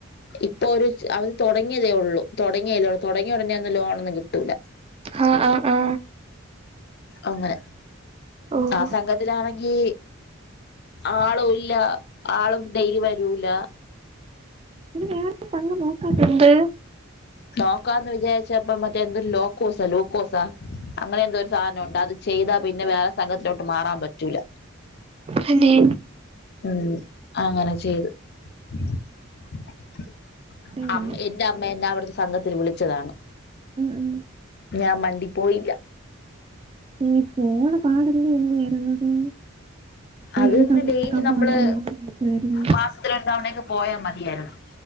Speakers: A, on the left; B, on the right.
A: ഇപ്പൊ ഒരു ച് അവര് തൊടങ്ങിയതേയുള്ളൂ തൊടങ്ങിയല്ലേള് തൊടങ്ങിയ ഒടനെ ഒന്ന് ലോണൊന്നും കിട്ടൂല്ല
B: ആ ആ ആ
A: അങ്ങനെ.
B: ഓഹ്
A: ആ സംഘത്തിലാണെങ്കി ആളൂല്യ ആള് ഡെയ്ലി വരൂല
B: പിന്നെ വേറെ പങ്കം നോ എന്ത്
A: നോക്കാന്ന് വിചാരിച്ചപ്പോ മറ്റേ എന്തൊ ലോക്കോസോ ലൂക്കോസാ അങ്ങനെ എന്തോ ഒരു സാനുണ്ട് അത് ചെയ്താ പിന്നെ വേറെ സംഘത്തിലോട്ട് മാറാൻ പറ്റൂല
B: തന്നെ
A: ഉം അങ്ങനെ ചെയ്ത്. <unintelligible>
B: ഉം
A: അം എന്റെ അമ്മ എന്നെ അവിടുത്തെ സംഘത്തിന് വിളിച്ചതാണ്
B: ഉം
A: ഞാൻ മണ്ടി പോയില്ല
B: ഈ പോണ പാടല്ലേ ഉള്ളു വരുന്നത് അപ്പൊ
A: അത്ങ്ങനെ
B: ഈ സമയൊക്കെ
A: ഡെയ്ലി
B: അവള്
A: നമ്മള്
B: വന്ന് ലോൺ കിട്ടുവായിരുന്നു
A: മാസത്തില രണ്ടവണക്കെ പോയാ മതിയായിരുന്നു